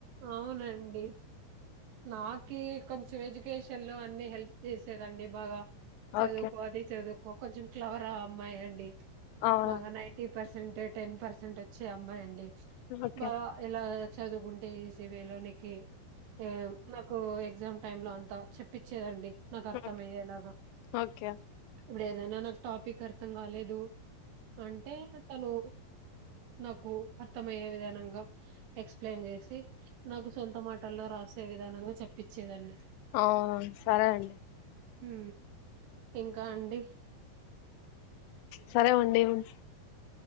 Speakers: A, on the right (about 80°); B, on the left (about 90°).
A: అవునండి నాకి కొంచెం ఎడ్యుకేషన్ లో అన్ని హెల్ప్ చేసేదండి బాగా చదువుకో
B: ఓకే
A: అది చదువుకో కొంచెం క్లేవరా అమ్మాయి అండి
B: అవునా
A: బాగా ninety percent ten percent వచ్చే అమ్మాయి అండి
B: ఓకే
A: బా ఎలాగ చదువుకున్ ఏసీ వేలో నికి ఆ మాకు ఎగ్జామ్ టైమ్ లో అంతా చెప్పచ్చేదండి నాకు అర్ధమయ్యే
B: ఓకే
A: లాగా
B: ఓకే
A: ఇప్పుడు ఏదైనా నాకు టాపిక్ అర్థం గాలేదు అంటే తను నాకు అర్థంమయ్యే విధనంగా ఎక్సప్లయిన్ చేస్ తి నాకు సొంత మాటల్లో రాస్ సే విధానంగా చెప్పించేదండి
B: ఆ సరే అండి
A: ఉ ఇంకా అండి
B: సరే వండి ఉన్